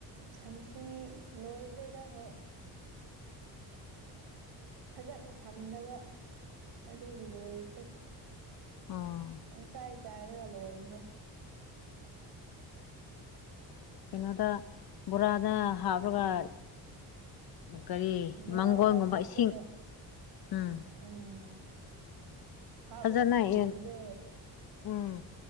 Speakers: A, on the right (about 75°); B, on the left (about 65°).
A: ꯁꯟꯊꯤ ꯂꯣꯏꯈ꯭ꯔꯦꯗ ꯍꯣꯏ ꯐꯖꯅ ꯊꯝꯗꯕ ꯑꯗꯨꯒꯤ ꯂꯣꯏꯈ꯭ꯔꯦ
B: ꯑꯥ
A: ꯍ ꯆꯥꯏ ꯆꯥꯏꯔꯒ ꯂꯣꯏꯈꯔꯦ
B: ꯀꯩꯅꯣꯗ ꯕꯣꯔꯥꯗ ꯍꯥꯞꯂꯒ ꯀꯔꯤ
A: ꯕꯣꯔꯥꯗ
B: ꯃꯥꯡꯒꯣꯟꯒꯨꯝꯕ
A: ꯍꯥꯞꯂꯒ
B: ꯏꯁꯤꯡ ꯎꯝ
A: ꯎꯝ ꯍꯥꯞꯂꯒ
B: ꯐꯖꯅ
A: ꯊꯝꯕꯤꯕꯗꯣ
B: ꯌꯦꯟ ꯎꯝ